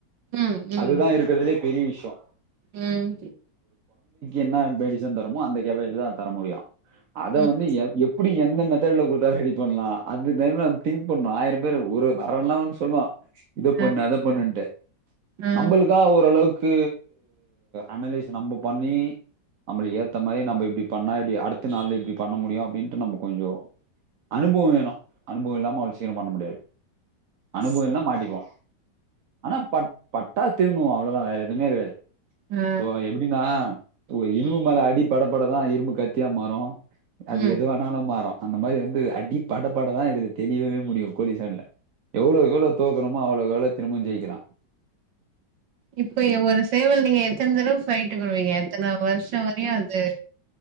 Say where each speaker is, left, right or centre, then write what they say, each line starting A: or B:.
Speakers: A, on the right (about 85°); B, on the right (about 55°).
A: ம் ம்
B: அதுதான் இருக்கறதுலே பெரிய விஷ்யொ
A: ம்
B: என்ன மெடிசன் தருமோ அந்த கேப்பஜ் தா தர முடியும் அத
A: ம்
B: வந்து எ எப் எப்டி எந்த மெத்தட்ல கொடுத்தா ரெடி பண்லா அந்த டைம்லம் திங்க் பண்ணு ஆயிரம் பேர் ஒரு வரவன்லா ஒன்னு சொல்லுவான் இத பண்ணு
A: ஆ
B: அத பண்ணுன்ட்டு
A: ஆ
B: நம்மளுக்கா ஓரளவுக் கு அனலைஸ் நம்ப பண்ணி நம்ம ஏத்த மாரி நம்ம இப்படி பண்ணா இப்படி அடுத்த நாள்ல இப்டி பண்ண முடியும் அப்படின்ட்டு நம்ம கொஞ்சொ அனுபவொ வேணும் அனுபவொ இல்லாம அவ்ளோ சீக்ரொ பண்ண முடியாது அனுபவொ
A: சேரி
B: இல்லன்னா மாட்டிப்போ ஆனா பட் பட்டா திரன்னுவோ அவ்ளோவுதா வேற எதுவுமே கெடையாது
A: ஆ
B: இப்போ எப்டினா இரும்பு
A: ம்
B: மேல அடி படப்பட தா இரும்பு கத்தியாக மாறோ அது
A: ம்.
B: எது வேணாலும் மாறொ அந்த மாரி வந்து அடிப் படப்பட தா இதுல தெரியவே முடியு கோழி சண்ட்ல எவ்ளோ எவ்ளோ தோக்கணுமோ அவ்ளோ எவ்ளோ திரும்பவு ஜெயிக்கலா
A: இப்பய ஒரு சேவல் நீங்க எத்தன தடவ ஃபைட்டுக்கு வுடுவீங்க எத்தன வருஷொ வரையு அது